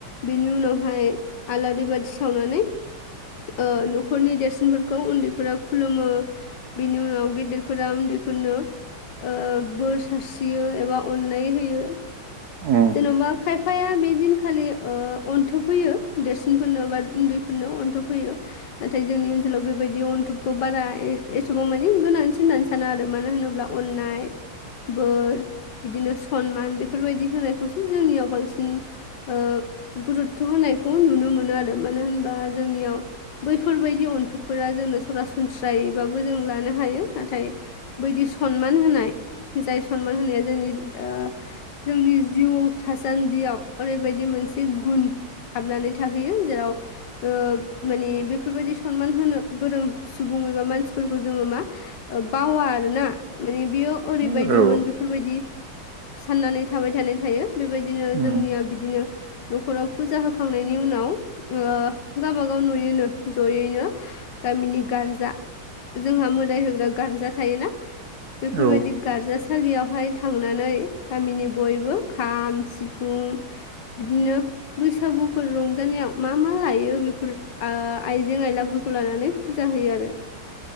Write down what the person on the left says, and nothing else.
बेनि उनावहाय आलारि बाथि सावनानै ओ न'खरनि देरसिनफोरखौ उन्दैफोरा खुलुमो बेनि उनाव गेदेरफोरा उन्दैफोरनो ओ बोर सारस्रियो एबा अननाय होयो
जेन'बा खायफाया बे दिनखालि ओ अनथुब होयो देरसिनफोरनो बा उन्दैफोरनो अनथोब होैयो नाथाय जोंनि ओनसोलाव बेबायदि अनथुबखौ बारा एसेबां मानि गोनांसि होननानै साना आरो मानो होनोब्ला अननाय बोर बिदिनो सनमान बेफोरबायदि होनाय। खौसो जोंनियाव बांसिन ओ गुरुतथ' होनायखौ नुनो मोनो आरो मानो होनबा जोंनियाव बैफोरबायायदि अनथुबफोरा जोंनो सरासनस्रायैबाबो जों लानो हायो नाथाय बैदि सनमान होनाय जाय सनमान होनाया जोंनि ओ जोंनि। जिउ थासान्दियाव ओरैबायदि मोनसे गुन हाबनानै थाहैयो जेराव ओ माने बेफोरबायदि सनमान होनो गोरों सुबुं एबा मानसिफोरखौ जोङो मा बावा आरो ना माने बेयो ओरैबायदिमोन
बेफोरबायदि साननानै थाबाय थानाय। थायो। बेबायदिनो
जोंनिया बिदिनो। न'खराव फुजा होखांनायनि उनाव ओ गाबागाव नुयोनो जयैनो गामिनि गार्जा जोंहा मोदाय होग्रा गारजा थायोना। बेफोरबायदि
गारजा सालियाव। हाय थांनानै गामिनि बयबो खाम सिफुं बिदिनो बैसागुफोर रंजानायाव मा मा लायो बेफोर ओ आइजें आइलाफोरखौ लानानै फुजा होयो आरो।